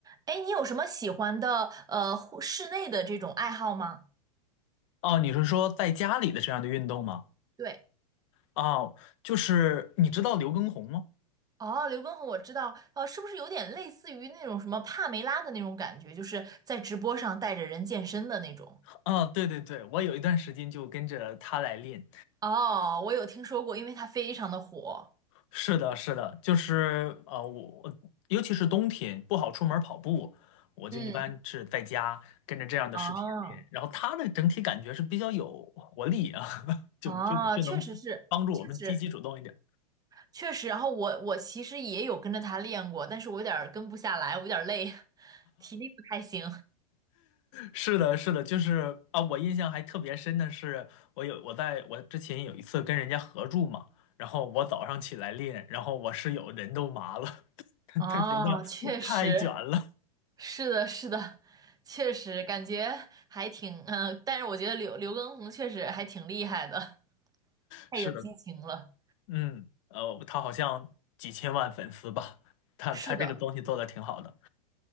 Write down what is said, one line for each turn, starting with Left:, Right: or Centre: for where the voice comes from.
Right: 哎，你有什么喜欢的呃户室内的这种爱好吗？
Left: 哦，你是说在家里的这样的运动吗？
Right: 对，
Left: 哦，就是你知道刘畊宏吗？
Right: 哦，刘畊宏我知道，呃，是不是有点类似于那种什么帕梅拉的那种感觉，就是在直播上带着人健身的那种？
Left: 啊、对对对，我有一段时间就跟着他来练。
Right: 哦，我有听说过，因为它非常的火。
Left: 是的，是的，就是呃，我尤其是冬天不好出门跑步，我就一般是在家跟着这样的视频练。
Right: 嗯，哦
Left: 然后他的整体感觉是比较有活力啊，<laughs> 就就就能帮助我们积极主动一点。
Right: 哦，确实是，确实确实。然后我我其实也有跟着他练过，但是我有点儿跟不下来，我有点儿累，<laughs> 体力不太行。
Left: 是的，是的，就是啊，我印象还特别深的是，我有我在我之前有一次跟人家合住嘛，然后我早上起来练，然后我室友人都麻了，<laughs> 他他觉得太卷了。
Right: 哦，确实。是的，是的，确实感觉还挺，嗯、但是我觉得刘刘畊宏确实还挺厉害的，<laughs> 太有激情了。
Left: 是的，嗯，呃，他好像几千万粉丝吧，他他这个东西做的挺好的，
Right: 是的，